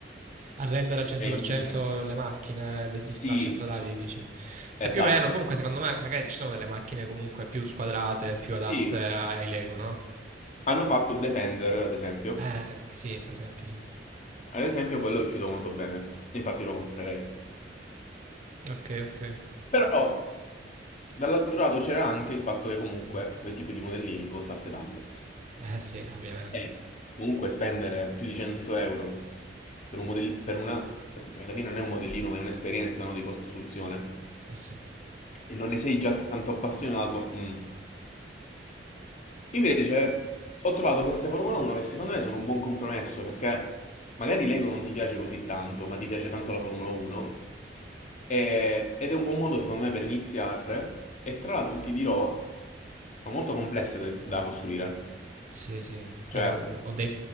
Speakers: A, on the right; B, on the left.
A: A rendere al 100%
B: eludere.
A: le macchine di
B: Sì,
A: di stra- cioè stradali, dici.
B: esatto.
A: E più o meno, comunque secondo me magari ci sono delle macchine comunque più squadrate, più adatte
B: Sì,
A: ai Lego, no?
B: hanno fatto il Defender, ad esempio.
A: Eh, sì, per esempio, sì.
B: Ad esempio, quello è uscito molto bene. Infatti lo comprerei.
A: Ok, ok.
B: Però dall'altro lato c'era anche il fatto che comunque quel tipo di modellini costasse tanto.
A: Eh sì, ovviamente.
B: E comunque spendere più di 100 euro per un modellino, per una, per- alla fine non è un modellino, ma è un'esperienza, no, di costruzione,
A: Eh sì.
B: e non ne sei già tanto appassionato. mm. Invece ho trovato queste Formula 1 che secondo me sono un buon compromesso perché magari l'ego non ti piace così tanto, ma ti piace tanto la Formula 1 e- ed è un buon modo secondo me per iniziare e tra l'altro ti dirò, sono molto complesse da, da costruire.
A: Sì, sì.
B: Cioè,
A: Io ho dei